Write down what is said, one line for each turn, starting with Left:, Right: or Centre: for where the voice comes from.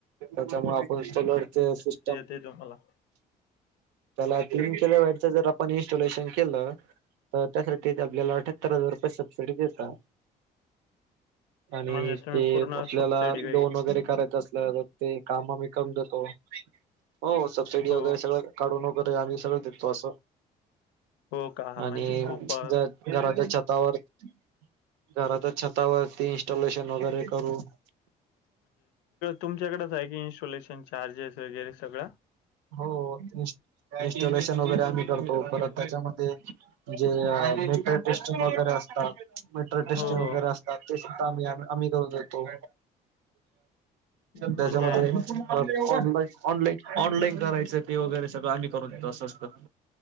Right: त्याच्यामुळे आपण चल वाडते सिस्टम
Left: तेेतो मला
Right: त्याला तीन किल वटच जर आपण इन्स्टॉलेशन केलं तर त्यासाठी आपल्याला हतरा हजार रुपये सब्सिडी देतता आणि
Left: म्हणजे तुम्ही
Right: ते
Left: पूर्ण
Right: आपल्याला
Left: सबसिडी
Right: लोन वगैरे करायचं असल्या ते काम आ्ही कम जातो हो सबसिडी
Left: हो
Right: वगैरे सगळं वगरे आम्ही सगळं देतो अस
Left: हो का
Right: <inaudible>
Left: म्हणजे
Right: आणि
Left: खूप
Right: आमची
Left: अ,
Right: जात घराच्या छतावर <inaudible> घराच्या छतावर इनस्टॉलेशन वगैरे करू <inaudible>
Left: तुमच्याकडच आहे की इन्स्टॉलेशन चार्जेस वगैरे सगळं
Right: हो इनस्टॉलेशन वगैरे आम्ही करतो परत त्याच्यामध्ये म्हणजे मेटल टेस्टिंग वगैरे असतात मिटर टेस्टिंग
Left: हो हो
Right: वगैरे असतात तेच काम आम्ही-आम्ही करून देतो.
Left: म्हणजे
Right: त्याच्यामध्ये ऑनलाई-ऑनलाईन-ऑनलाईन करायचं ते वगैरे सगळं आम्ही करून देतो असं असतं